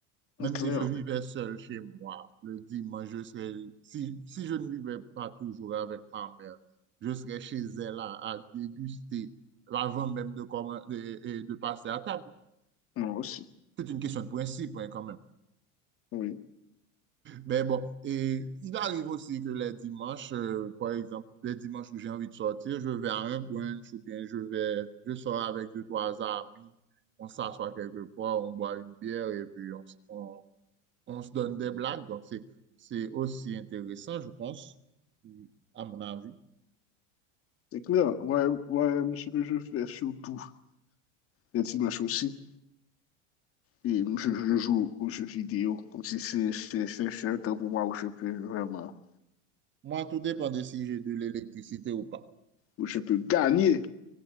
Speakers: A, on the right (about 30°); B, on the left (about 40°).
A: Même
B: C'est clair.
A: si je vivais seul chez moi, le dimanche, je serais, si, si je ne vivais pas toujours avec ma mère, je serais chez elle à, à déguster avant même de, commen- de, et de passer à table.
B: Moi aussi.
A: C'est une question de principe, hein, quand même.
B: Oui.
A: Mais bon, et il arrive aussi que les dimanches, euh, par exemple, les dimanches où j'ai envie de sortir, je vais à un brunch ou bien je vais, je sors avec deux, trois amis, on s'assoit quelque part, on boit une bière et puis on, s- on on se donne des blagues, donc c'est, c'est aussi intéressant, je pense, à mon avis.
B: C'est clair. Ouais, ouais, ce que je fais surtout les dimanches aussi. Et je, je joue aux jeux vidéo. Comme si c'est c'est- c'est- c'est un temps pour moi où je peux vraiment,
A: Moi, tout dépend de si j'ai de l'électricité ou pas.
B: où je peux gagner.